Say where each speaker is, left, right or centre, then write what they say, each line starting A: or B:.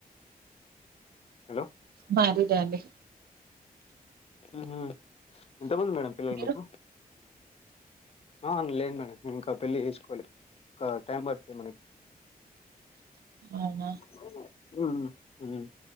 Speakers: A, on the left; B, on the right.
A: హలో
B: మ్యారీడ్ ఏ అండి
A: ఉహు ఎంతమంది మేడం పిల్లలు
B: మీరు?
A: మీకు ఆ లేదు మేడం ఇంకా పెళ్లి చేసుకోలే ఇంకా టైం పడుతుంది మనకి <inaudible>
B: అవునా!
A: ఉమ్ ఉమ్ ఉ